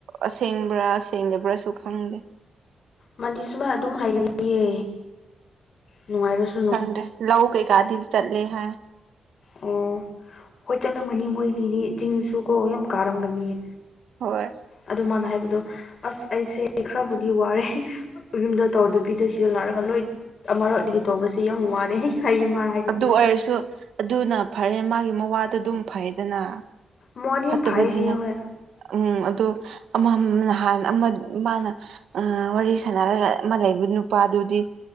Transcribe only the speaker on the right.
ꯑꯁꯦꯡꯕ꯭ꯔꯥ ꯁꯦꯡꯗꯕ꯭ꯔꯥꯁꯨ ꯈꯪꯗꯦ
ꯈꯪꯗꯦ ꯂꯧ ꯀꯩꯀꯥꯗꯤ ꯆꯠꯂꯦ ꯍꯥꯏ
ꯍꯣꯏ
ꯑꯗꯨ ꯑꯣꯏꯔꯁꯨ ꯑꯗꯨꯅ ꯐꯔꯦ ꯃꯥꯒꯤ ꯃꯋꯥꯗꯣ ꯑꯗꯨꯝ ꯐꯩꯗꯅ
ꯐꯠꯇꯕꯗꯤ
ꯅꯠ
ꯎꯝ ꯑꯗꯣ ꯑꯃ ꯅꯍꯥꯟ ꯑꯃ ꯃꯥꯅ ꯑꯥ ꯋꯥꯔꯤ ꯁꯥꯟꯅꯔꯒ ꯑꯃ ꯂꯩꯕ ꯅꯨꯄꯥꯗꯨꯗꯤ